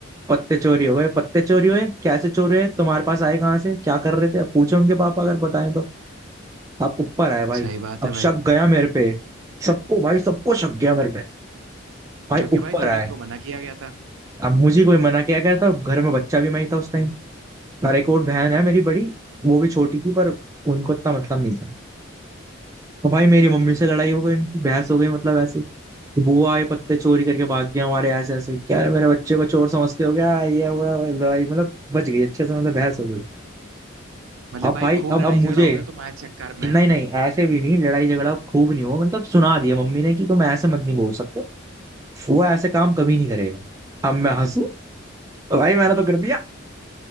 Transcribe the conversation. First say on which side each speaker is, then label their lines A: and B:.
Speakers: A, on the right; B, on the right.
A: पत्ते चोरी हो गए पत्ते चोरी हुए कैसे चोरी हुए तुम्हारे पास आए कहाँ से क्या कर रहे थे अब पूछे उनके पापा अगर बताएं तो अब ऊपर आए भाई
B: सही बात
A: अब
B: है भाई
A: शक गया मेरे पे सबको भाई सबको शक गया मेरे पे भाई
B: क्योंकि
A: ऊपर
B: भाई तुम्ही
A: आए
B: को मना किया गया था
A: अब मुझे कोई मना क्या करता घर में बच्चा भी मैं ही था उस टाइम और एक और बहन है मेरी बड़ी वो भी छोटी थी पर उनको इतना मतलब नहीं था तो भाई मेरी मम्मी से लड़ाई हो गई इनकी बहस हो गई मतलब ऐसे ही। बुआ ये पत्ते चोरी करके भाग गया हमारे ऐसे ऐसे क्या रे मेरे बच्चे को चोर समझते हो क्या ये वो है, वो, है, लड़ाई मतलब बच गई अच्छे से मतलब बहस हो गई
B: मतलब
A: अब
B: भाई
A: भाई
B: खूब
A: अब
B: लड़ाई
A: अब मुझे
B: झगड़ा हो गया तुम्हारे चक्कर में
A: नहीं नहीं ऐसे भी नहीं लड़ाई झगड़ा खूब नहीं हुआ मतलब सुना दिया मम्मी ने कि तुम ऐसे मत नहीं बोल सकते वो ऐसे काम कभी नहीं करेगा अब मैं हंसू भाई मैंने तो कर दिया